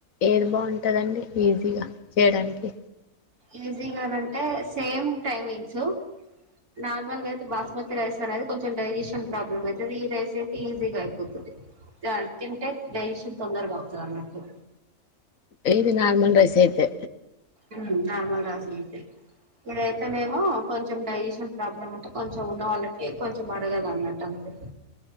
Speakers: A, on the left (about 65°); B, on the right (about 85°).
A: ఏది బాగుంటదండి ఈజీగా చేయడానికి
B: ఈజీగానంటే సేమ్ టైమింగ్స్ నార్మల్గా అయితే బాస్మతి రైస్ అనేది కొంచెం డైజెషన్ ప్రాబ్లమ్ అయితది ఈ రైస్ అయితే ఈజీగా అయిపోతది రాన్ తింటే డైజెషన్ తొందరగా అవుతదన్నట్టు
A: ఏది నార్మల్ రైస్ ఐతే
B: ఉం నార్మల్ రాస అయితే ఇదైతేనేమో కొంచెం డైజెషన్ ప్రాబ్లమ్ అంటే కొంచెం ఉన్న వాళ్ళకి కొంచెం అరగదు అన్నట్టు అంతే